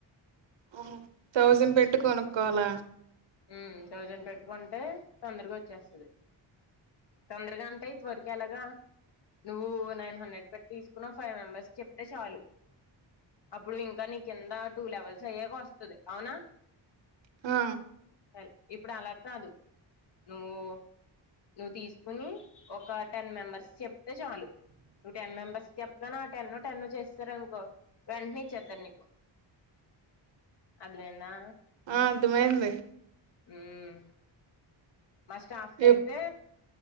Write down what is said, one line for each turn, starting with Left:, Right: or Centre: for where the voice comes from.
Right: అహ థౌజండ్ పెట్టి కొనుక్కోవాలా
Left: ఊ థౌజండ్ పెటుకొంటే తొందరగా ఒచ్చేస్తది తొందరగా అంటే ఇత్వరకు ఎలగా నువ్వు నైన్ హండ్రెడ్ పెట్టి తీసుకున్నా ఫైవ్ మెంబర్స్ క చెప్తే చాలు, అప్పుడు ఇంకా నీకెంద టూ లెవెల్స్ అయ్యాక ఒస్తది అవునా.
Right: ఆ
Left: హెల్ ఇప్పుడు అల కాదు నువ్వు నువ్వు తీసుకుని ఒక టెన్ మెంబర్స్ చెప్తే చాలు నువ్ టెన్ మెంబెర్స్ చెప్తెన ఆ టెన్నో టెన్ను చేసేసారనుకో వెంటనే ఇచ్చేత్తర్ నీకు అర్థమైందా
Right: ఆ అర్థమైంది
Left: హుమ్ మా స్టాఫ్ కైతే
Right: ఎప్